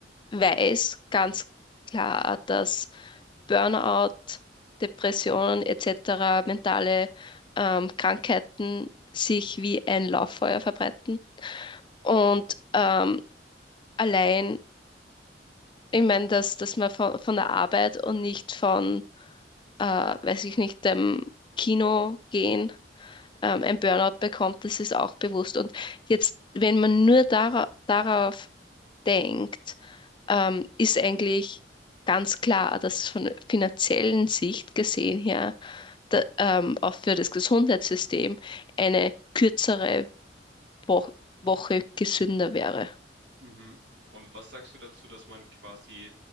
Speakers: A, on the left (about 25°); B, on the right (about 85°).
A: weiß ganz klar, dass Burnout, Depressionen etc., mentale ähm, Krankheiten sich wie ein Lauffeuer verbreiten. Und ähm, allein, ich meine, dass, dass man von, von der Arbeit und nicht von äh, weiß ich nicht, dem Kino gehen, ähm, ein Burnout bekommt, das ist auch bewusst. Und jetzt, wenn man nur dara darauf denkt, ähm, ist eigentlich ganz klar, dass von finanziellen Sicht gesehen her, da, ähm, auch für das Gesundheitssystem eine kürzere Wo Woche gesünder wäre.
B: Mhm. Und was sagst du dazu, dass man quasi